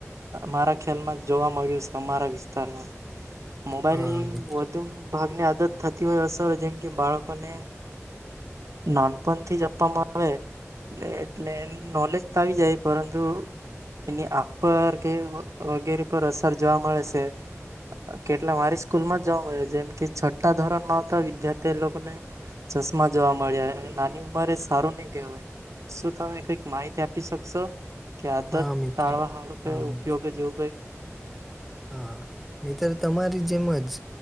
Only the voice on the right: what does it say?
મારા ખ્યાલમાં જોવા મળ્યું છે અમારા વિસ્તારમાં. મોબાઈલની
વધુ ભાગની આદત થતી હોય અસર જેમ કે બાળકોને. નાનપણથી જ આપવામાં આવે એટલે નોલેજ તો આવી જાય પરંતુ. એની આંખ પર કે વગેરે પર અસર જોવા મળે છે. કેટલા મારી સ્કૂલ માં જ જોવા મળે જેમ કે છઠ્ઠા ધોરણ માં આવતા વિદ્યાર્થી એ લોકોને. ચશ્મા. જોવા મળ્યા નાની ઉંમરે એ સારું નહી કય શું તમે કઈક માહિતી આપી શકશો. કે આદત
ટાળવા હાડું
ઉપયોગ જેવું કઈ. હ.